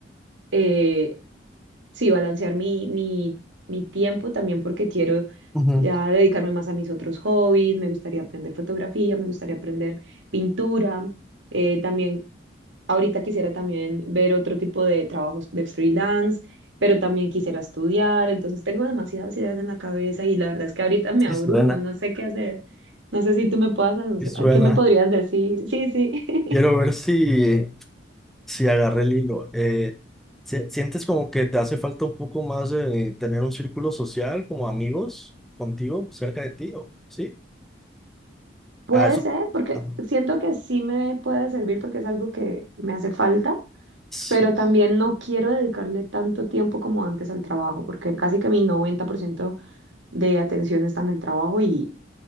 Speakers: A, on the right; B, in the centre.
A: eh, sí, balancear mi, mi, mi tiempo también porque quiero
B: Ujú.
A: ya dedicarme más a mis otros hobbies, me gustaría aprender fotografía, me gustaría aprender pintura. Eh, también Ahorita quisiera también ver otro tipo de trabajos de freelance, pero también quisiera estudiar. Entonces tengo demasiadas ideas en la cabeza y la verdad es que ahorita me
B: Sí
A: abrumo,
B: suena,
A: no sé qué hacer. No sé si tú me puedas, alu-
B: sí suena.
A: ¿qué me podrías decir? Sí, sí. <laughs>
B: Quiero ver si, si agarré el hilo. Eh, ¿sie- ¿sientes como que te hace falta un poco más de tener un círculo social, como amigos contigo, cerca de ti? ¿O- ¿Sí?
A: Puede
B: Ah, eso.
A: ser, porque
B: ah,
A: siento que sí me puede servir porque es algo que me hace falta,
B: sí.
A: pero también no quiero dedicarle tanto tiempo como antes al trabajo, porque casi que mi 90% de atención está en el trabajo y